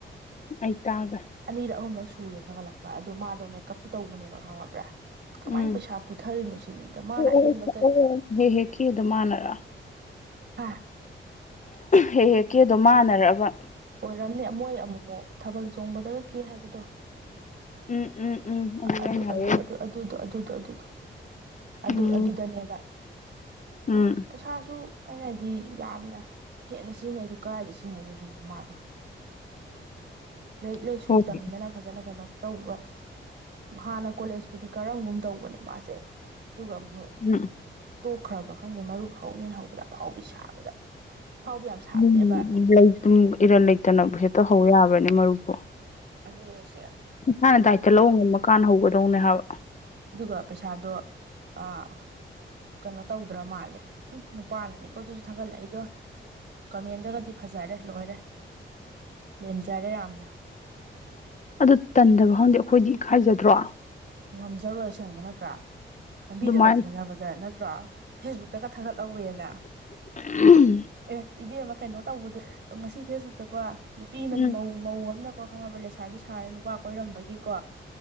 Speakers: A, on the left; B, on the right.
A: ꯑꯩ ꯇꯥꯒ꯭ꯔꯦ
B: ꯑꯅꯤꯔꯛ ꯑꯍꯨꯝꯂꯛ ꯁꯨꯔꯦ ꯊꯥꯒꯠꯂꯛꯄ ꯑꯗꯣ ꯃꯥꯗꯣ ꯃꯦꯀꯞꯁꯨ ꯇꯧꯕꯅꯦꯕ ꯈꯪꯉꯕ꯭ꯔꯥ ꯀꯃꯥꯏꯅ
A: ꯎꯝ
B: ꯄꯩꯁꯥ ꯄꯨꯊꯔꯤꯅꯣ ꯁꯤꯅꯤꯗ ꯃꯥꯅ
A: ꯑꯣ
B: ꯑꯍꯦꯟꯕ
A: ꯑꯣ
B: ꯀꯩ
A: ꯑꯣ ꯍꯦ ꯍꯦꯛ ꯀꯦꯗꯨ ꯃꯥꯟꯅꯔ
B: ꯍꯥ
A: ꯍꯦ ꯍꯦꯛ ꯀꯦꯗ‌ꯣ ꯃꯥꯟꯅ ꯔꯕ
B: ꯑꯣꯏꯔꯝꯅꯦ ꯃꯣꯏ ꯑꯃꯨꯃꯨꯛ ꯊꯥꯕꯜ ꯆꯣꯡꯕꯗꯒ ꯀꯦ ꯍꯥꯏꯕꯗꯣ
A: ꯎꯝ ꯎꯝ ꯎꯝ ꯑꯗꯨꯅꯦ
B: ꯑꯗꯨ
A: ꯑꯩꯅ ꯍꯥꯏꯔꯛꯏ
B: ꯑꯗꯨ ꯑꯗꯨ ꯑꯗꯨꯗꯣ ꯑꯗꯨꯗꯣ ꯑꯗꯨꯗꯣ ꯑꯗꯨ
A: ꯎꯝ
B: ꯑꯗꯨꯗꯅꯦꯕ
A: ꯎꯝ
B: ꯑꯗꯣ ꯄꯩꯁꯥꯁꯨ ꯑꯩꯅ ꯍꯥꯏꯗꯤ ꯌꯥꯝꯅ ꯍꯦꯟꯅ ꯁꯤꯖꯤꯟꯅꯩ ꯗꯨ ꯀꯥꯏꯗ ꯁꯤꯖꯤꯟꯅꯩꯅꯣ ꯁꯤꯅꯦ ꯃꯥꯗꯣ
A: <inaudible>
B: ꯂꯥꯏꯔꯤꯛ ꯂꯥꯏꯁꯨ
A: ꯍꯣꯏ
B: ꯇꯝꯗꯅ ꯐꯖꯅ ꯀꯩꯅꯣ ꯇꯧꯕ ꯍꯥꯟꯅ ꯀꯣꯂꯦꯖꯄꯨꯗꯤ ꯀꯔꯝꯒꯨꯝ ꯇꯧꯕꯅꯦ ꯃꯥꯁꯦ ꯑꯗꯨꯒ ꯑꯃꯨꯛ
A: ꯎꯝ
B: ꯇꯣꯛꯈ꯭ꯔꯕ꯭ꯔꯥ ꯈꯪꯗꯦ ꯃꯔꯨꯞ ꯍꯧꯅꯤꯅ ꯍꯧꯕꯗ ꯑꯐꯥꯎꯕꯤ ꯁꯥꯕꯗ ꯑꯐꯥꯎꯕꯤ ꯌꯥꯝ ꯁꯥꯕꯅꯦꯕ
A: ꯎꯝ <unintelligible> ꯏꯔꯟ ꯂꯩꯇꯅꯕꯨ ꯍꯦꯛꯇ ꯍꯧ ꯌꯥꯕ꯭ꯔꯅꯦ ꯃꯔꯨꯞꯄꯨ
B: ꯑꯗꯨꯅ‌ꯦꯁꯦ
A: ꯃꯁꯥꯅ ꯗꯥꯏꯇ ꯂꯧꯕ ꯉꯝꯃ ꯀꯥꯟꯗ ꯍꯧꯒꯗꯧꯅꯦ ꯍꯥꯏꯕ
B: ꯑꯗꯨꯒ ꯄꯩꯁꯥꯗꯣ ꯑꯥ ꯀꯩꯅꯣ ꯇꯧꯗ꯭ꯔ ꯃꯥꯜꯂꯦ ꯎꯝ ꯅꯨꯄꯥꯅꯅꯤꯀꯣ ꯑꯗꯨꯁꯨ ꯊꯥꯒꯠꯂꯛꯏꯗꯣ ꯀꯃꯦꯟꯗꯒꯗꯤ ꯐꯖꯔꯦ ꯂꯣꯏꯔꯦ ꯂꯦꯝꯖꯔꯦ ꯌꯥꯝꯅ
A: ꯑꯗꯨ ꯇꯟꯗꯕ꯭ꯔ ꯈꯪꯗꯦ ꯑꯩꯈꯣꯏꯗꯤ ꯏꯀꯥꯏꯖꯗ꯭ꯔꯣ
B: ꯉꯝꯖꯔꯣꯏ ꯑꯁꯦꯡꯕ ꯅꯠꯇ꯭ꯔꯥ
A: ꯑꯗꯨꯃꯥꯏꯅ
B: ꯂꯝꯕꯤꯗꯒ ꯊꯦꯡꯅꯕꯗ ꯅꯠꯇ꯭ꯔ‌ꯣ ꯐꯦꯁꯕꯨꯛꯇꯒ ꯊꯥꯒꯠꯍꯧꯋꯦꯅꯥ
A: ꯎꯝ
B: ꯑꯦ ꯏꯕꯦꯝꯃ ꯀꯩꯅꯣ ꯇꯧꯕꯗꯣ ꯉꯁꯤ ꯐꯦꯁꯕꯨꯛꯇ ꯀꯣ ꯅꯨꯄꯤ ꯑꯃ
A: ꯎꯝ
B: ꯃꯧ ꯃꯧ ꯑꯝꯅꯀꯣ ꯈꯪꯉꯕ꯭ꯔꯥ ꯂꯩꯁꯥꯕꯤ ꯁꯥꯔ ꯅꯨꯄꯥ ꯀꯣꯏꯔꯝꯕꯒꯤꯀꯣ